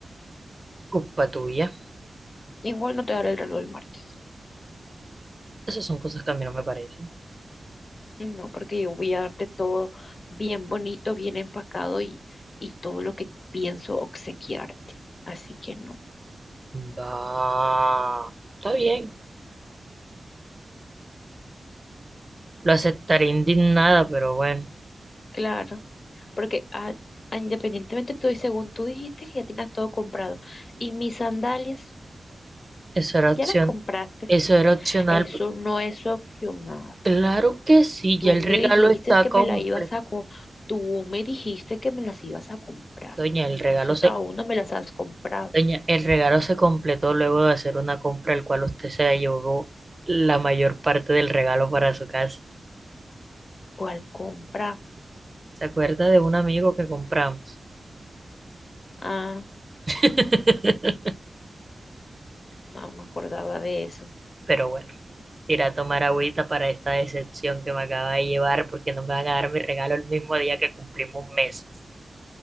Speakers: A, on the right; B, on the left.
A: Culpa tuya.
B: Igual no te daré el reloj el martes.
A: Esas son cosas que a mí no me parecen.
B: No, porque yo voy a darte todo bien bonito, bien empacado y, y todo lo que pienso obsequiarte. Así que no.
A: Va. Está bien. Lo aceptaré indignada, pero bueno,
B: Claro, porque a- a- independientemente tú, y según tú dijiste que ya tienes todo comprado y mis sandalias
A: eso era opción,
B: ya las compraste,
A: eso era opcional.
B: eso no es opcional.
A: Claro que sí,
B: Tú
A: ya el
B: me
A: regalo
B: dijiste
A: está
B: que
A: completo.
B: me las ibas a co- tú me dijiste que me las ibas a comprar.
A: Doña,
B: Entonces
A: el regalo se,
B: aún no me las has comprado.
A: doña, el regalo se completó luego de hacer una compra, el cual usted se llevó la mayor parte del regalo para su casa.
B: ¿Cuál compra?
A: ¿Se acuerda de un amigo que compramos?
B: Ah,
A: <laughs>
B: no me acordaba de eso.
A: Pero bueno, iré a tomar agüita para esta decepción que me acaba de llevar, porque no me van a dar mi regalo el mismo día que cumplimos meses.